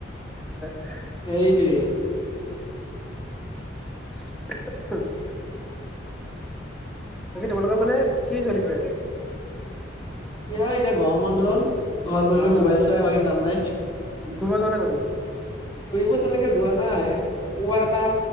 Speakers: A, in the centre; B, on the left.
A: <unintelligible>
B: এইটোৱেই।
A: <inaudible> বাকী তোমালোকৰ ফালে কি চলিছে?
B: কি হয় এতিয়া গৰম বন্ধ। ঘৰত বহি
A: অ।
B: বহি মোবাইল চোৱাই বাকী কাম নাই।
A: ফুৰিব যোৱা নাই ক'তো
B: ফুৰিব তেনেকে যোৱা নাই। ক'বাত এটা